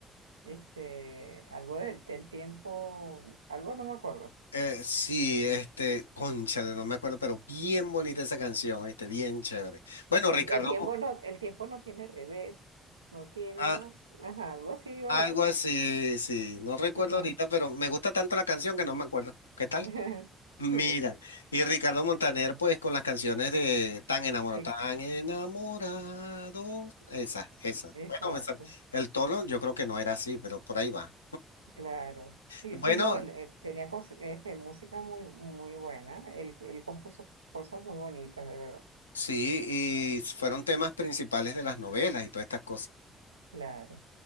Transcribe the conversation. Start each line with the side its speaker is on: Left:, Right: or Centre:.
Right: Este, algo del, del tiempo, algo no me acuerdo.
Left: Eh, sí, este, cónchale, no me acuerdo, pero bien bonita esa canción, este, bien chévere. Bueno,
Right: No,
Left: Ricardo,
Right: el tiempo no, el tiempo no tiene revés, no tiene
Left: ah,
Right: más. Ajá, algo así iba
Left: algo
Right: la cosa.
Left: así, sí, no recuerdo
Right: Ajá.
Left: ahorita, pero me gusta tanto la canción que no me acuerdo. ¿Qué tal?
Right: <laughs>
Left: Mira,
Right: Sí,
Left: y Ricardo Montaner, pues con las canciones de Tan enamorado,
Right: que-
Left: tan enamorado, esa, esa.
Right: exacto.
Left: Bueno, esa, el tono yo creo que no era así, pero por ahí va.
Right: Claro, sí,
Left: Bueno,
Right: sí, no, él, eh, tenía cos- este, música muy, muy buena, él, él compuso cosas muy bonitas, de verdad,
Left: sí, y fueron temas principales de las novelas y todas estas cosas.
Right: claro.